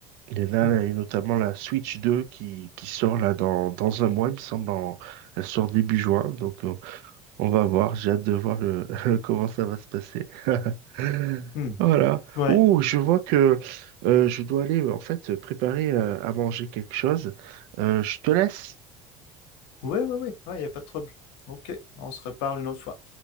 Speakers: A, on the right; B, on the left.
A: Et là,
B: hmm,
A: il y a notamment la Switch deux qui, qui sort là dans, dans un mois, il me semble, en- elle sort début juin, donc... euh, On va voir, j'ai hâte de voir le <laughs> comment ça va se passer. <laughs>
B: hmm.
A: Voilà.
B: Ouais,
A: Ouh, je vois que euh, je dois aller euh, en fait préparer euh, à manger quelque chose. Euh, je te laisse.
B: Ouais, ouais, ouais, ouais, il y a pas de trouble. OK, on se reparle une autre fois.